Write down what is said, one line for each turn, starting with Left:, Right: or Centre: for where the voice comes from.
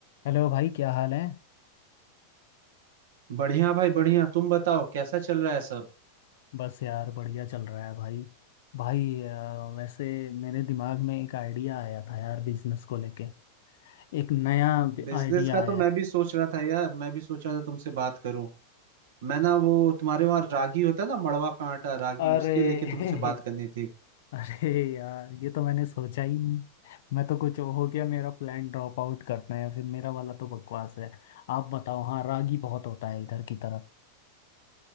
Left: हेलो भाई क्या हाल है
Right: बढ़िया भाई बढ़िया तुम बताओ कैसा चल रहा है सब
Left: बस यार बढ़िया चल रहा है भाई भाई अ, वैसे मेरे दिमाग में एक आइडिया आया था यार बिजनेस को लेके एक नया
Right: बिजनेस
Left: आइडिया
Right: का
Left: आया
Right: तो मैं
Left: है
Right: भी सोच रहा था यार मैं भी सोचा था तुमसे बात करूं मैं ना वो तुम्हारे वहाँ रागी होता है ना मड़वा का आटा रागी
Left: अरे
Right: उसके लेके तुमसे
Left: <laughs>
Right: बात करनी थी
Left: अरे यार ये तो मैंने सोचा ही नहीं मैं तो कुछ हो गया मेरा प्लान ड्रॉप आउट करते हैं फिर मेरा वाला तो बकवास है आप बताओ हाँ रागी बहुत होता है इधर की तरफ